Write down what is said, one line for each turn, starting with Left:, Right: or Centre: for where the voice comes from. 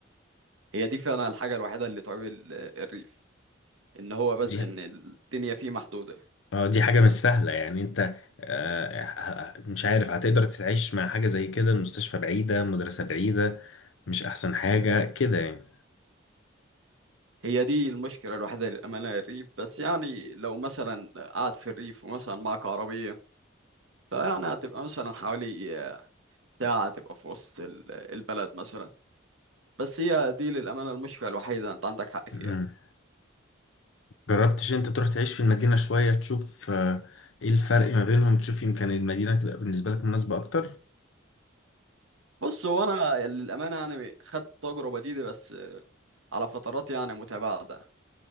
Right: هي دي فعلا الحاجة الوحيدة اللي تعمل الريف إن هو بس
Left: دي
Right: إن الدنيا فيه محدودة
Left: اه دي حاجة مش سهلة يعني أنت آه، ه- ه- مش عارف هتقدر تتعيش مع حاجة زي كده المستشفى بعيدة مدرسة بعيدة مش أحسن حاجة كده يعني
Right: هي دي المشكلة الوحيدة للأمانة الريف بس يعني لو مثلا قاعد في الريف ومثلا معك عربية فيعني هتبقى مثلا حوالي ساعة تبقى في وسط ال- البلد مثلا بس هي دي للأمانة المشكلة الوحيدة أنت عندك حق فيها
Left: مم. جربتش أنت تروح تعيش في المدينة شوية تشوف آه، إيه الفرق ما بينهم تشوف يمكن المدينة تبقى بالنسبة لك مناسبة أكتر
Right: بص هو أنا للأمانة يعني خدت التجربة دي, دي بس على فترات يعني متباعدة